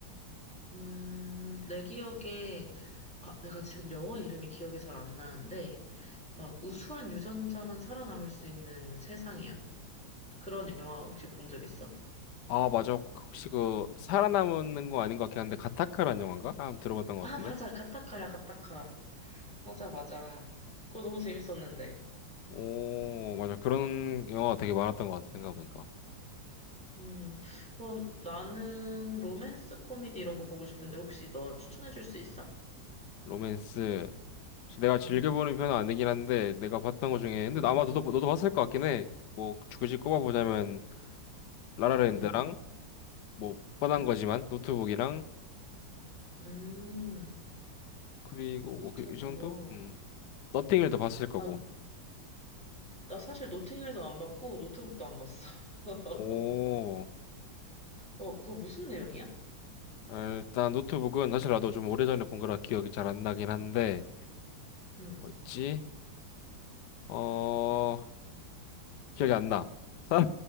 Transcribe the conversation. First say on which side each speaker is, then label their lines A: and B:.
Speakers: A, in the centre; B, on the left.
A: 음, 내 기억에 아, 내가 지금 영화 이름이 기억이 잘 안 나는데 막 우수한 유전자만 살아남을 수 있는 세상이야. 그런 영화 혹시 본 적 있어?
B: 아, 맞아. 혹시 그, 살아남는 거 아닌 것 같긴 한데, 가타카라는 영화인가? 아, 들어봤던 것
A: 아,
B: 같은데?
A: 맞아. 가타카야,
B: 음.
A: 가타카. 맞아, 맞아. 그거 너무 재밌었는데.
B: 오, 맞아. 그런 영화가 되게 많았던 것 같아, 생각해보니까.
A: 음, 그럼 나는 로맨스 코미디 이런 거 보고 싶은데 혹시 너 추천해 줄 수 있어?
B: 로맨스. 내가 즐겨보는
A: 음,
B: 편은 아니긴 한데 내가 봤던 것 중에
A: 음,
B: 근데
A: 음,
B: 아마 너도 너도 봤을 것 같긴 해. 뭐 굳이 꼽아보자면
A: 음,
B: 라라랜드랑
A: 음,
B: 뭐 뻔한
A: 음,
B: 거지만 노트북이랑
A: 음.
B: 그리고
A: 노트북.
B: 뭐 그 이 정도? 음. 너팅힐도 봤을 거고.
A: 아, 나 사실 노팅힐도 안 봤고 노트북도 안 봤어. <laughs>
B: 오.
A: 어, 그거 무슨 내용이야?
B: 아, 일단 노트북은 사실 나도 좀 오래전에 본 거라
A: 음,
B: 기억이 잘 안 나긴 한데
A: 음.
B: 뭐였지? 어 기억이 안 나. 사랑